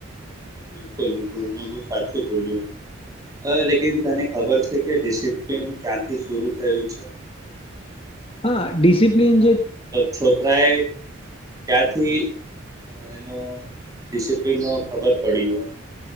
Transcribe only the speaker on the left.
હા ડિસિપ્લિન જે